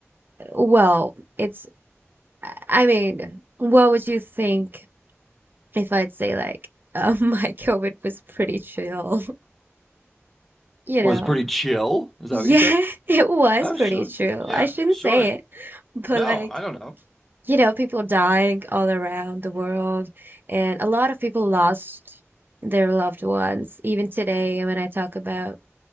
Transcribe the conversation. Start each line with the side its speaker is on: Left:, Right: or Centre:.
Right: well, it's, I mean, what would you think if I'd say, like, uh, <laughs> my COVID was pretty chill? <laughs> You know,
Centre: was pretty chill. Is
Right: yeah,
Centre: that what you said?
Right: <laughs> it was
Centre: Oh,
Right: pretty
Centre: sure.
Right: chill.
Centre: Yeah,
Right: I shouldn't
Centre: sure.
Right: say it, but
Centre: No,
Right: like,
Centre: I don't know.
Right: you know, people dying all around the world, and a lot of people lost their loved ones. Even today, when I talk about